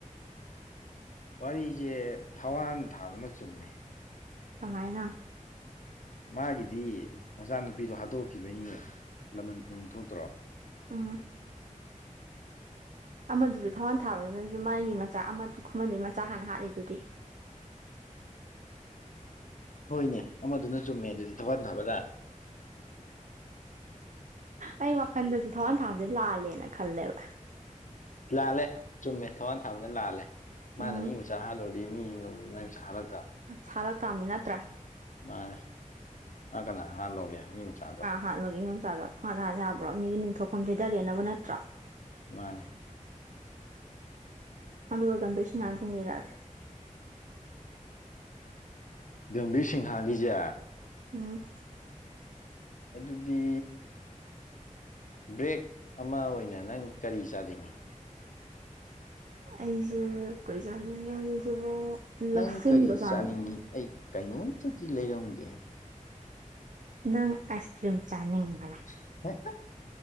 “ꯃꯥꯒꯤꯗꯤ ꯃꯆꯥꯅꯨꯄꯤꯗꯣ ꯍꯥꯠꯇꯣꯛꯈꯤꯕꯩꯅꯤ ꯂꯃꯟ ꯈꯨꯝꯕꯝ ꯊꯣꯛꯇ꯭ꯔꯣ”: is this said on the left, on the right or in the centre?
Left